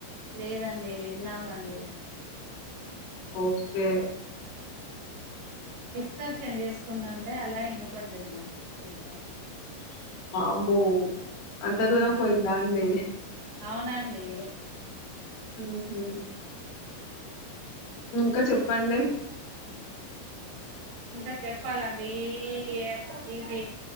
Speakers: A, on the right; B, on the left.
A: లేద అండి విన్నామ అండి
B: కోక్కే
A: డిస్ష్కర్షణ చేసుకుంట ఉంటే అలా వినపడుతుంద అండి కొంచెమే
B: అంబో అంత దూరం
A: అలా
B: పోయిందా అండి
A: అవునండి
B: ఉహూ ఇంకా చెప్పఅండి
A: ఇంకా చెప్పాల అండి ఈ ఏ ఇది